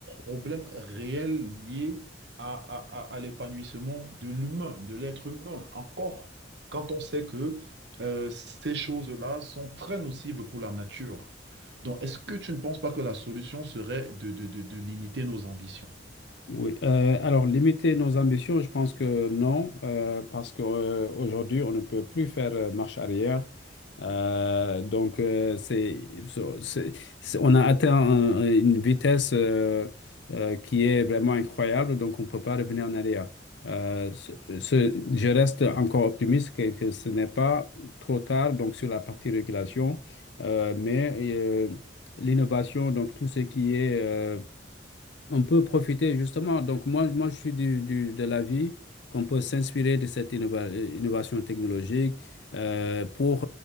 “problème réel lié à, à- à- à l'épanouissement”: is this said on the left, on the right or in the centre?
Right